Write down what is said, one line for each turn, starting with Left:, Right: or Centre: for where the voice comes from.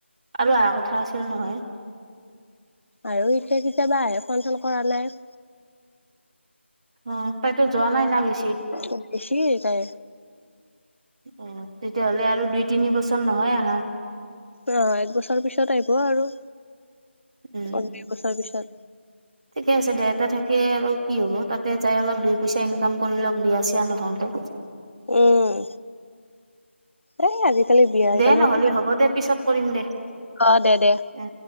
Right: আৰু আহা কথা আছিল নহয়?
Left: আৰু এতিয়া কেতিয়াবা আহে ফন চন কৰা নাই।
Right: অ' তাইতো যোৱা নাই না গেছি?
Left: অ' গেছি তাই।
Right: অ' তেতিয়াহ'লে আৰু দুই তিনি বছৰ নহয় আহা?
Left: অঁ এক বছৰ পিছত আহিব আৰু
Right: উম
Left: অ দু বছৰ পিছত।
Right: ঠিকে আছে দে, এয়াত থাকি আৰু কি হ'ব, তাতে যাই অলপ দুই পইচা ইনকাম কৰি লওঁক বিয়া চিয়া নহওঁতে।
Left: উম, এই আজি। কালি বিয়াহে
Right: দে
Left: <unintelligible>
Right: নহ'লে হ'ব
Left: গ'ল।
Right: দে পিছত কৰিম দে
Left: অ' দে দে
Right: এ